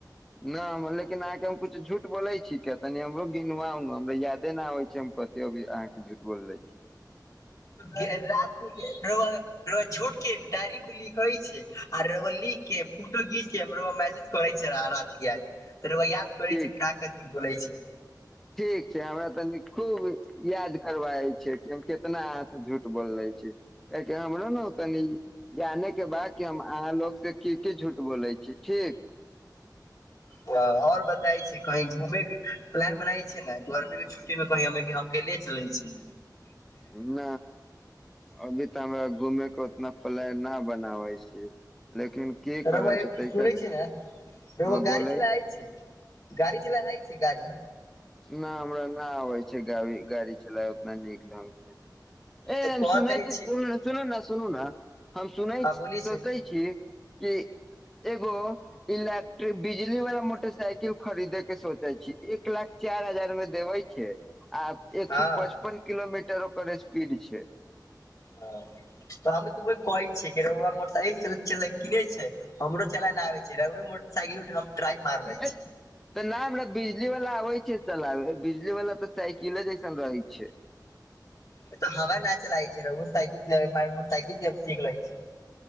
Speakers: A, in the centre; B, on the left.
A: न हम लेकिन अहाँके हम किछु झूठ बोलै छी किया तनी हमरो गिनवाव न हमरा यादे नै आबै छै हम कते अभी अहाँके झूठ बोललै छी।
B: त घेर रातमे घेर रउवा रउवा झूठ के डायरी प लिख हय छै आर रउवा लिख के फोटो घीच के हमरो मैसेज करे छै रा रात बिरात त रउवा याद करे
A: ठीक
B: छै का का झुठ बोलै छीयै।
A: ठीक छै हमरा तनि खूब याद करबाबै छै कि हम केतना अहां से झूठ बोललै छीयै कियाकी हमरो नै तनी जाने के बाद कि हम अहाँ लोग से की की झूठ बोलै छीयै ठीक।
B: हां और बत जाइ छीयै कही घूमे के प्लान बनाबै छीयै न गर्मी के छुट्टी मे कही हमके लै चलै छी।
A: न अभी तऽ हमरा घूमे के ओतना प्लान ने हे। बनाबै छी। लेकिन की करै
B: रउवा ए
A: छी तैका
B: सुनै छीयै नै रउवा
A: हँ बोले
B: गाड़ी चलाए छै, गाड़ी चलाए छै, गाड़ी।
A: नै हमरा नै आबै छै गाड़ी गाड़ी चलाय ओतना नीक ढंग से। ए
B: तऽ
A: हम
B: कह
A: सुनय
B: तनी
A: छीयै
B: छी
A: सुन सुनू न, सुनू न। हम सुने
B: हँ बोली
A: सकै
B: छै
A: छी की एगो इलेक्ट्रिक बिजली वला मोटरसाइकिल खरीदे के सोचै छी, एक लाख चारि हजार मे देबै छै। आ एक
B: हँ
A: सौ पचपन किलोमीटर ओकर एस स्पीड छै।
B: ह त हमी त बोल कहै छै की रोउवा मोटरसाइकिल किने चले, किने छै हमरो चलायना आबे छै, रउरो मोटरसाइकिल उठ ट्राइ मार लै
A: एतना
B: छी
A: हमरा बीज बिजली वला आबै छै चलाले, बिजली वला तऽ साइकिले जैसन रहै छै।
B: एता हवा नहि चलाय छै, रूउवा साइकिल से म मोटर साइकिल से अब सीख ले छै।